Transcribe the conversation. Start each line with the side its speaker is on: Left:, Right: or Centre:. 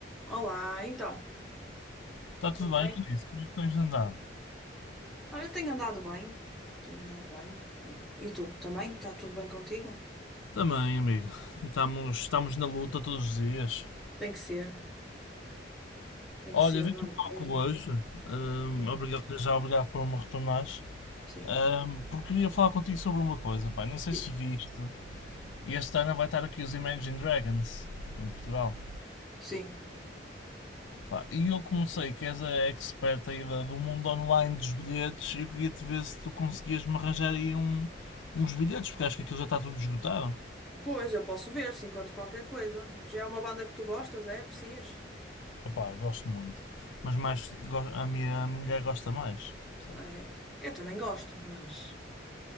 Centre: Olá, então, está
Left: Está tudo
Centre: tudo
Left: bem,
Centre: bem?
Left: Luís? Como é que tens andado?
Centre: Olha, tenho andado bem, tenho andado bem. E tu também? Está tudo bem contigo?
Left: Também, amigo. Estamos, estamos na luta todos os dias.
Centre: Tem que ser, tem
Left: Olha,
Centre: que ser.
Left: vi que
Centre: Olha,
Left: me toco
Centre: diz lá.
Left: hoje. hum,
Centre: Sim,
Left: obrigado, já obrigado por me retornares.
Centre: sim,
Left: hum, porque queria falar contigo sobre uma coisa, pá. Não sei
Centre: diz.
Left: se viste. Este ano vai estar aqui os Imagine Dragons, em Portugal.
Centre: Sim.
Left: Pá, e eu comecei, que és a expert aí da- do mundo online dos bilhetes, e eu queria te ver se tu conseguias me arranjar aí um, uns bilhetes, porque acho que aquilo já está tudo esgotado.
Centre: Pois, eu posso ver se encontro qualquer coisa. Já é uma banda que tu gostas, é? Aprecias?
Left: opa gosto muito. Mas mais, go- a minha mulher gosta mais, percebes?
Centre: Ah, é. Eu também gosto, mas,